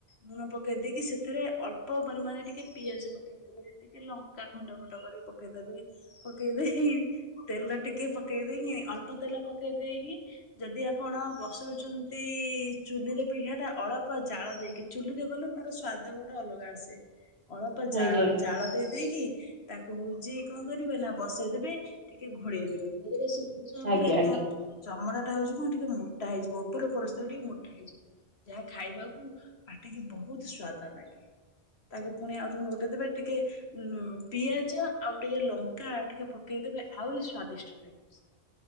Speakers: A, on the left; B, on the right.
A: ଲୁଣ ପକେଇ ଦେଇକି ସେଥିରେ ଅଳ୍ପ ପରିମାଣରେ ଟିକେ ପିଆଜ ପକେଇ ଦେବେ ଟିକେ ଲଙ୍କା ଖଣ୍ଡ ଖଣ୍ଡ କରିକି ପକେଇଦେବେ। ପକେଇ ଦେହିଁ ତେଲ ଟିକେ ପକେଇ ଦେଇକି ଅଳ୍ପ ତେଲ ପକେଇ ଦେଇକି ଯଦି ଆପଣ ବସଉଛନ୍ତି ଚୁଲିରେ ପିଢ଼ା ଟା ଅଳପ କ ଜାଳ ଦେଇକି ଚୁଲିରେ କଲେ ତାର ସ୍ଵାଦ ଗୋଟେ ଅଲଗା ଆସେ। ଅଳ୍ପ ଜା
B: ଆଜ୍ଞା ଆଜ୍ଞା
A: ଜାଳ ଦେ ଦେଇକି ତାକୁ ହଉଛି କଣ କରିବେ ନା ବସେଇ ଦେବେ ଟିକେ ଘୋଡେଇ ଦେବେ ମୋର ସି କିଛି ସମୟ
B: ଆଜ୍ଞା
A: ପରେ
B: ଆଜ୍ଞା।
A: ତା ଚମଡ଼ା ଟା ହଉଛି କଣ ଟିକେ ମୋଟା ହେଇଯିବ ଉପର ପରସ୍ତ ଟିକେ ମୋଟା ହେଇଯିବ। ଏହା ଖାଇବାକୁ ପାଟିକି ବହୁତ୍ ସ୍ଵାଦ ଲାଗେ। ତାକୁ ପୁଣି ଆଉଟିକେ ନୋଉଟେଇ ଦେବେ ଟିକେ ପିଆଜ ଆଉ ଟିକେ ଲଙ୍କା ଟିକେ ପକେଇଦେବେ ଆହୁରି ସ୍ଵାଦିଷ୍ଟ ଲାଗିବ।